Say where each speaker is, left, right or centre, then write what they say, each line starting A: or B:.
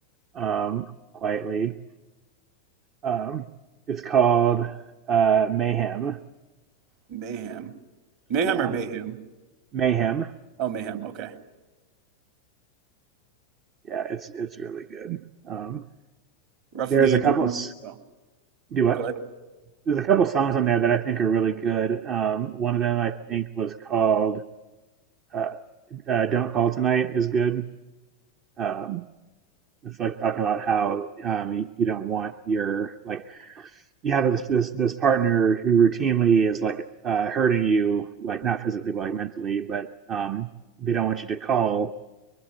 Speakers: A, on the right (about 30°); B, on the right (about 50°).
A: um, quietly. Um, it's called uh, Mayhem.
B: Mayhem. Mayhem
A: Yeah,
B: or Mayhem?
A: Mayhem.
B: Oh, Mayhem. Okay.
A: Yeah, it's it's really good. Um,
B: Roughly,
A: there's a
B: do
A: couple.
B: you remember?
A: Of,
B: Oh,
A: do what?
B: go ahead.
A: There's a couple of songs on there that I think are really good. Um, one of them I think was called uh, uh, "Don't Call Tonight" is good. Um, it's like talking about how um, you, you don't want your like you have this this, this partner who routinely is like uh, hurting you, like not physically, but like mentally, but um, they don't want you to call